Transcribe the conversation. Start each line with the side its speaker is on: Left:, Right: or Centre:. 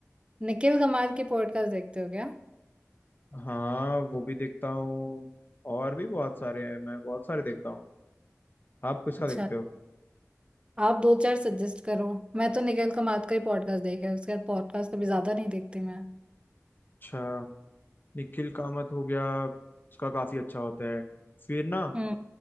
Right: निखिल कमार की पॉडकास्ट देखते हो क्या
Left: हाँ वो भी देखता हूँ और भी बहुत सारे हैं मैं बहुत सारे देखता हूँ आप किसका
Right: अच्छा
Left: देखते हो
Right: आप दो चार सजेस्ट करो मैं तो निखिल कमार का ही पॉडकास्ट देखा है उसके बाद पॉडकास्ट कभी ज्यादा नहीं देखती मैं
Left: अच्छा निखिल कामत हो गया उसका काफी अच्छा होता है फिर ना
Right: हम्म